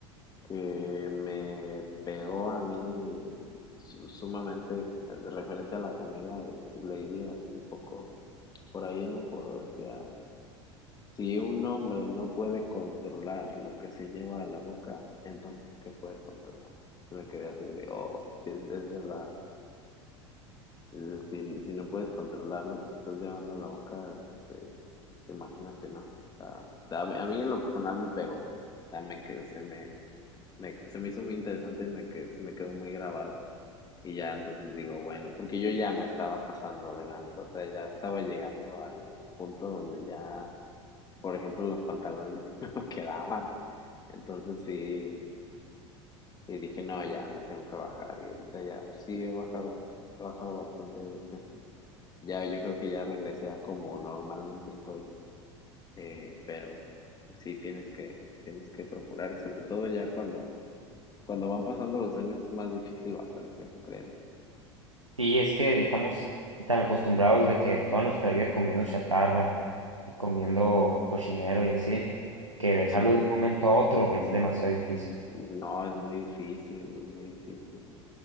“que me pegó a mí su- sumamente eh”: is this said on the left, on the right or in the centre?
Left